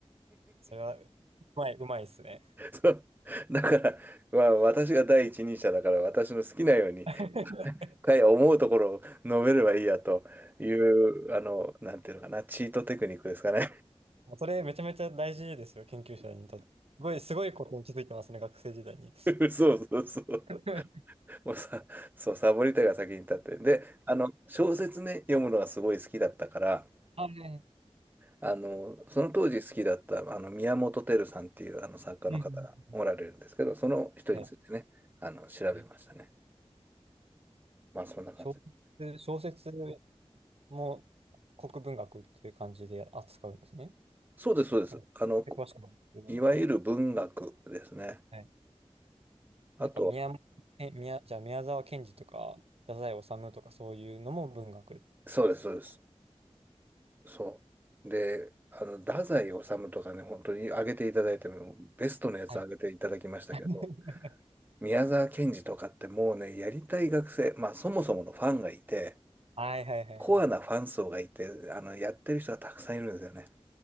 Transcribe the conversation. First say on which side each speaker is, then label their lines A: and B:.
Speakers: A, on the right; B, on the right.
A: それは、うまい、うまいですね。
B: <laughs> そう。だから、まあ、私が第一人者だから私の好きなように
A: <laughs>
B: かい思うところを述べればいいやという、あの、なんていうのかな、チートテクニックですかね。
A: もうそれめちゃめちゃ大事ですよ、研究者にとって。すごい、すごいことに気づいてますね、学生時代に。
B: <laughs> そうそうそう。
A: <laughs>
B: もうさ、そう、サボりたいが先に立って。で、あの、小説ね、読むのがすごい好きだったから、
A: あ、ね、
B: あの、その当時好きだった、あの、宮本照さんっていうあの作家の方がおられるんですけど、
A: ね、
B: その人についてね、
A: は
B: あの、調べましたね。
A: い。え
B: まあ、そんな感じです。
A: 小説、小説も国文学っていう感じで扱うんですね。
B: そうです、そうです。
A: なんか詳しくないですけど文学。
B: あの、こいわゆる文学ですね。
A: はい。なんか宮本、
B: あとは、
A: え宮、じゃあ宮沢賢治とか、太宰治とかそういうのも文学ですか。
B: そうです、そうです。そう。で、あの、太宰治とかね、本当に挙げていただいても、ベストのやつ挙げていただきましたけど、
A: はい。は
B: 宮沢賢治とかってもうね、やりたい学生、まあそもそものファンがいて、
A: いはいはいはい。
B: コアなファン層がいて、あの、やってる人がたくさんいるんですよね。